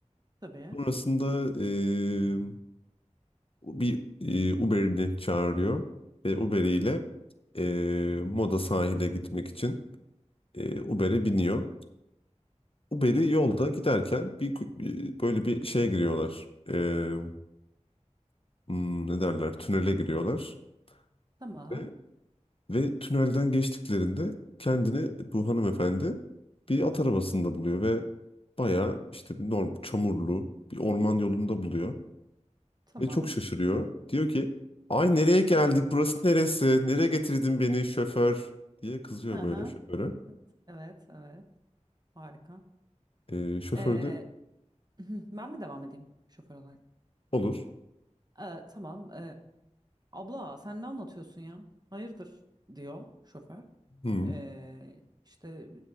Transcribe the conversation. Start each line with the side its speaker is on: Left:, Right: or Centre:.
Right: Tabii.
Left: Sonrasında ee, bir ee, Uber'ini çağırıyor ve Uber'iyle ee, Moda sahile gitmek için ee, Uber'e biniyor. Uber'i yolda giderken bir ku- ee, böyle bir şeye giriyorlar. Ee, hmm, ne derler? Tünele giriyorlar.
Right: Tamam.
Left: ve Ve tünelden geçtiklerinde kendini bu hanımefendi bir at arabasında buluyor ve bayağı işte bir norm, çamurlu bir orman yolunda buluyor.
Right: Tamam.
Left: Ve çok şaşırıyor. Diyor ki ay nereye geldik burası neresi nereye getirdin beni şoför diye kızıyor
Right: Hı
Left: böyle
Right: hı.
Left: şoföre.
Right: Evet, evet. Harika.
Left: Ee, şoför
Right: Ee,
Left: de
Right: <clears throat> ben mi devam edeyim şoför olarak?
Left: olur
Right: Ee, tamam. Ee, abla sen ne anlatıyorsun ya? Hayırdır diyor şoför.
Left: Hı,
Right: Ee, işte